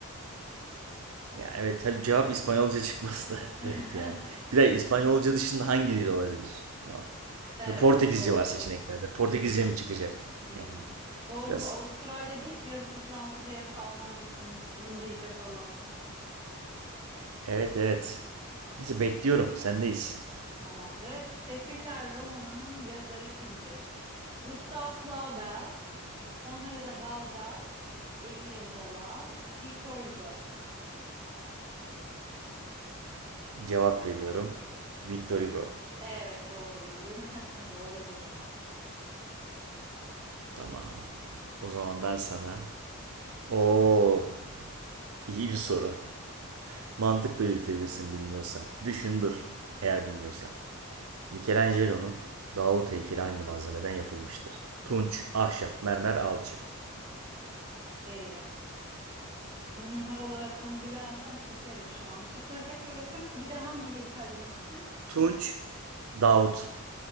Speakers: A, on the right; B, on the right.
A: Ya evet tabii cevap İspanyolca çıkması da <laughs>
B: <laughs>
A: garip yani. Bir de İspanyolca dışında hangi dil olabilir? Hani o-
B: Evet
A: Mesela Portekizce
B: doğru.
A: var seçeneklerde. Portekizce
B: Hmm.
A: mi çıkacak?
B: Hmm.
A: Yani
B: Doğru
A: biraz
B: bu Avustralya değil ki yarısı Fransızca yarısı Almanca konuşsun İngilizce falan.
A: evet evet. Neyse bekliyorum. Sendeyiz.
B: Tamamdır. Sefiller romanının yazarı kimdir? Gustav Flaubert, Honoré de Balzac, Emile Zola, Victor Hugo.
A: Cevap veriyorum. Victor Hugo.
B: Evet, doğru bildin. <laughs> Doğrudur.
A: Tamam. O zaman ben sana. Oo, iyi bir soru. Mantıkla yürütebilirsin bilmiyorsan. Düşün dur eğer bilmiyorsan. Michelangelo'nun Davut heykeli hangi malzemeden yapılmıştır? Tunç, ahşap, mermer, alçı.
B: Eyvah. Bir mimar olarak bunu bilemezsem çökerim şu an. Şıkları tekrar okur musun? Bir de hangi heykel demiştin?
A: Tunç, Davut.